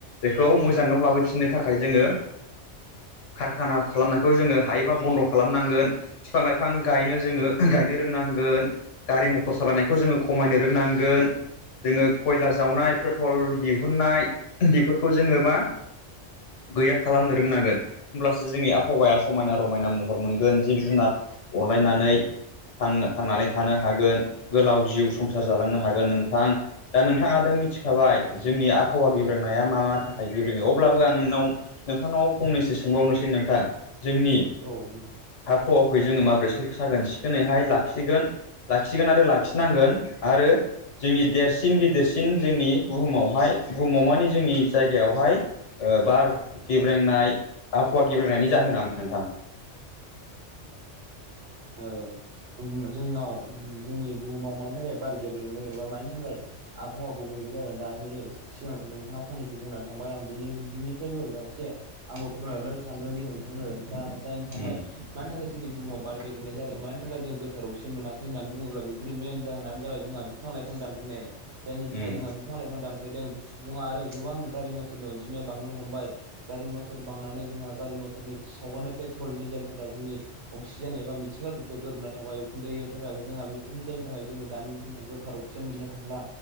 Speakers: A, on the left; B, on the right.
A: बेखौ मोजाङाव लाबोफिननो थाखाय जोङो कारखाना खालामनायखौ जोङो हायोबा बन्द' खालामनांगोन बिफां-लाइफां गायनो जोङो
B: औ
A: गायनो रोंनांगोन गारि मथर सालायनायखौ जोङो खमायनो रोंनांगोन। जोङो खयला जावनाय पेट्रल दिहुननाय बेफोरखौ जोङो मा गैया खालामनो रोंनांगोन होमब्लासो जोंनि आब हावाया समायना-रमायना महर मोनगोन जिब-जुनार अनलायनानै थां थांनानै थानो हागोन गोलाव जिउ संसार जालांनो हागोन नोंथां। दा नोंथाङाथ'
B: औ
A: मिथिखाबाय। जोंनि आबहावा गेब्रोंनाया मा-मा थाखाय गेब्रोङै अब्लाबो आं नोंनाव नोंथांनाव फंनैसो सोंबावनोसै। नोंथां जोंनि‌
B: औ नोंथां
A: हाब हवाखै जोङो माबोरै सो साखोन-सिखोनैहाय लाखिगोन लाखिगोन आरो लाखिनांगोन आरो जोंनि देरसिन गिदेरसिन जोंनि बुहुमावहाय बुहुमाव माने जोंनि जायगायावहाय ओ बार गेब्रेंनाय आबहावा गेब्रेंनायनि जाहोना मा नोंथां?
B: ओ <unintelligible> जोंनाव जोंनि बुहुमाव मानि थाखाय बार गेब्रेेनदों एबा मानि थाखाय आबहावा गुबुंले जादों दानि सिगांसो नोंथाङा फंनैसो बुंनानै थांबाय आं बिनि बिनिफ्रायबो एसे आंबो फोरमायहरनो सानदों दि नोंथांनो दा जायनि थाखाय
A: उम
B: मानि थाखाय जोंनि बुहुमाव बारगेब नाय जादों मानि थाखाय जों गोथारावसिन मोनाखै होन्नानै बुङोब्ला बेफोरनि मेन जाहोनानो जाबाय जोंहा बिफां-लाइफां दानफायनाय। जायनि थाखाय
A: उम
B: जोंहा बिफां-लाइफां दान फायदों सुबुङा आरो गोबां गारि-मथरनि अनजिमाया बांनो हमबाय गारि मथर बांनानै जोंहा गारि मथरनि सावगारनाय पेट्रल डिजेलफोरा जोंनि अक्सिजेन एबा मित मिथिंगा बिखायाव गोरोबना थाबाय उखुन्दैफोरा जोंहा बेफोरनि जायनि थाखाय जोङो दानि दिनाव गोथार अखजिजेन मोननो थांला।